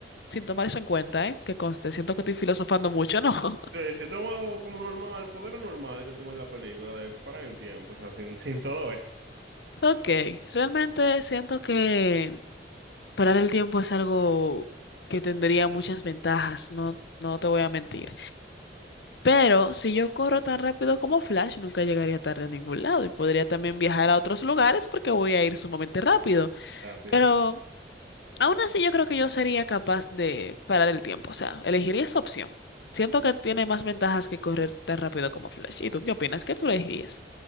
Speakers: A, on the left; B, on the right.
A: sin tomar eso en cuenta, ¿eh? Que conste, siento que estoy filosofando mucho, ¿no? <laughs>
B: Eh, si tomas algo como normal, el poder normal que tuvo en la película, de que paran el tiempo, o sea, sin, <laughs> sin todo eso.
A: Ok, realmente siento que... Parar el tiempo es algo que tendría muchas ventajas, no, no te voy a mentir. Pero si yo corro tan rápido como Flash, nunca llegaría tarde a ningún lado y podría también viajar a otros lugares porque voy a ir sumamente rápido.
B: Así
A: Pero
B: es.
A: aún así yo creo que yo sería capaz de parar el tiempo, o sea, elegiría esa opción. Siento que tiene más ventajas que correr tan rápido como Flash. ¿Y tú qué opinas? ¿Qué tú elegirías?